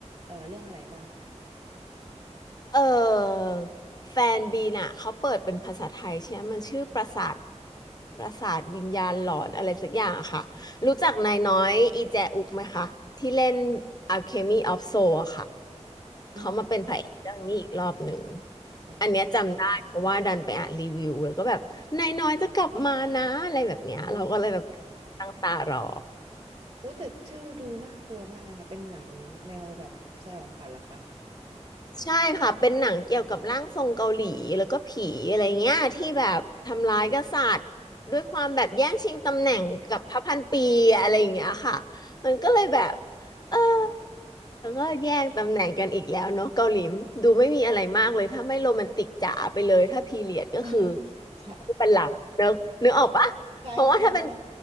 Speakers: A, on the right; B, on the left.
A: เอ่อเรื่องอะไรบ้างคะ
B: เออแฟนบีน่ะเขาเปิดเป็นภาษาไทยใช่ไหมมันชื่อปราสาทปราสาทวิญญาณหลอนอะไรสักอย่างอะค่ะรู้จักนายน้อยอีแจอุกไหมคะที่เล่น Alchemy of Soul อะค่ะ
A: อืม
B: เขามาเป็นพระเอกเรื่องนี้อีกรอบหนึ่ง
A: อ๋อ
B: อันเนี้ยจำได้เพราะว่าดันไปอ่านรีวิวแล้วก็แบบนายน้อยจะกลับมานะอะไรแบบเนี้ยเราก็เลยแบบ
A: อ๋อ
B: ตั้งตารอ
A: โอ้แต่ชื่อดูน่ากลัวมากเลยค่ะเป็นหนังแนวแบบสยองขวัญเหรอคะ
B: ใช่ค่ะเป็นหนังเกี่ยวกับร่างทรงเกาหลีแล้วก็ผีอะไรเงี้ยที่แบบทำร้ายกษัตริย์ด้วยความแบบแย่งชิงตำแหน่งกับพระพันปีอะไรอย่างเงี้ยค่ะมันก็เลยแบบเออแล้วก็แย่งตำแหน่งกันอีกแล้วเนาะเกาหลีดูไม่มีอะไรมากเลยถ้าไม่โรแมนติกจ๋าไปเลยถ้าพีเรียดก็คือ
A: <laughs> ใช่
B: ไม่เป็นหลักเนอะนึกออกปะเพราะว่าถ้าเป็น
A: ใช่ใช่ใช่